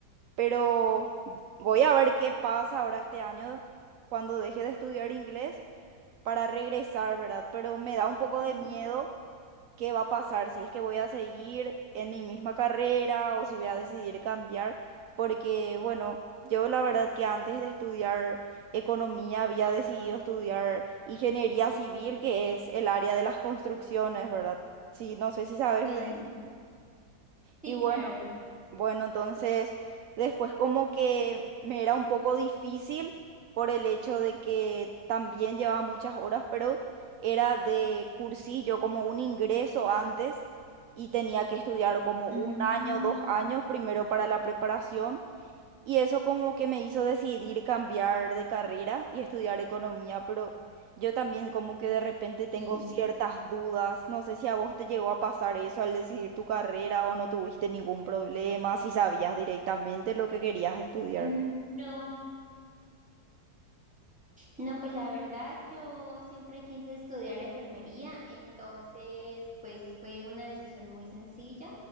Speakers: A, on the right (about 75°); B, in the centre.
A: Pero voy a ver qué pasa ahora este año cuando deje de estudiar inglés para regresar, ¿verdad? Pero me da un poco
B: ujú.
A: de miedo qué va a pasar, si es que voy a seguir en mi misma carrera o si voy a decidir cambiar, porque bueno, yo la verdad que antes de estudiar economía había decidido estudiar ingeniería civil, que es el área de las construcciones, ¿verdad? Sí, no sé si sabes
B: Sí,
A: de...
B: sí,
A: Y bueno,
B: claro.
A: bueno, entonces después como que me era un poco difícil por el hecho de que también llevaba muchas horas, pero era de cursillo, como un ingreso antes y tenía que estudiar como un
B: Mm,
A: año, dos años primero para la preparación y eso como que me hizo decidir cambiar de carrera y estudiar economía, pero yo también como que de repente tengo
B: sí.
A: ciertas dudas. No sé si a vos te llegó a pasar eso al decidir tu carrera o no tuviste ningún problema, si sabías directamente lo que querías estudiar.
B: Mm, No. No, pues la verdad yo siempre quise estudiar enfermería, entonces pues fue una decisión muy sencilla.